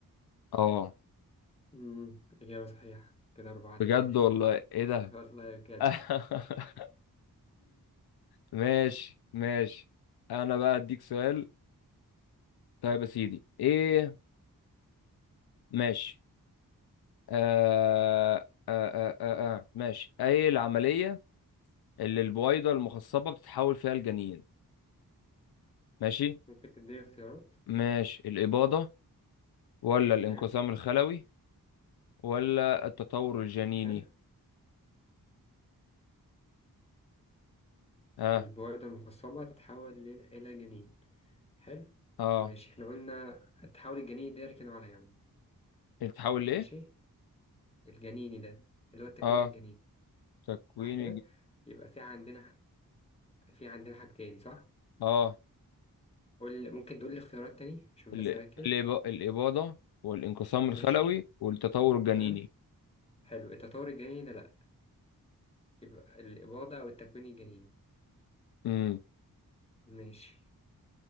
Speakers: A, on the left; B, on the left.
A: اه
B: مم. إجابة صحيحة كده أربعة
A: بجد
B: تلاتة
A: والله ايه ده
B: والله بجد
A: <laughs> ماشي ماشي انا بقى اديك سؤال طيب يا سيدي ايه ماشي آه آه آه آه آه. ماشي ايه العملية اللي البويضة المخصبة بتتحول فيها الجنين ماشي
B: ممكن تديني اختيارات
A: ماشي الإباضة ولا
B: تمام
A: الانقسام الخلوي ولا التطور الجنيني
B: حلو
A: اه
B: البويضة المخصبة تتحول ل- إلى جنين حلو
A: اه
B: ماشي احنا قلنا تحاول الجنين ده يركنه على جنب
A: بتتحول ليه
B: ماشي الجنيني ده اللي هو التكوين
A: اه
B: الجنيني
A: تكوين
B: صح كده يبقى في عندنا ح- في عندنا حاجتين صح
A: الجنين
B: قول ممكن تقول لي اختيارات تاني عشان
A: ال-
B: بس اركز
A: الإب- الإباضة والانقسام الخلوي
B: ماشي
A: والتطور الجنيني
B: تمام حلو التطور الجنيني ده لا يبقى الاباضه او التكوين الجنيني
A: امم
B: ماشي